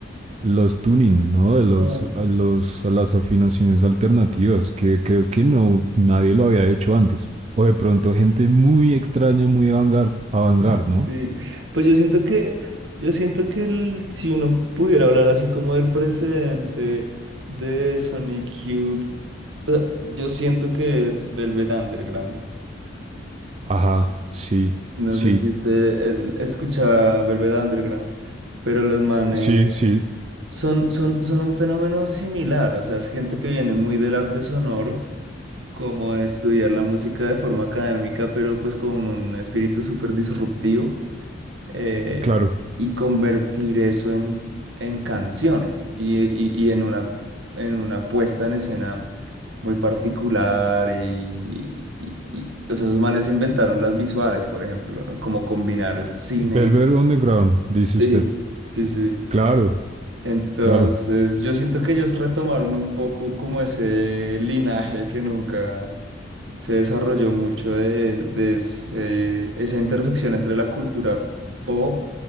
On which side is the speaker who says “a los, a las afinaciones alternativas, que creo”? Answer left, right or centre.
Right